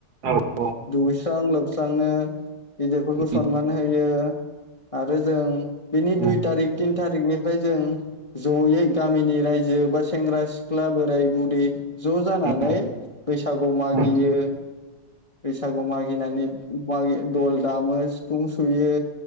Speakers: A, on the right (about 60°); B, on the left (about 30°).
A: औ औ
B: दुगैस्रां लोबस्रांनो गिदरफोरखौ
A: उम
B: सनमान होयो। आरो जों बिनि
A: उम
B: दुइ तारिख तिन थारिकनि फ्राय जों जयै गामिनि रायजो बा सेंग्रा सिख्ला बोराय बुरै ज' जानानै
A: उम
B: बैसागु मागियो
A: उम
B: बैसागु <unintelligible> दल दामो सिफुं सुयो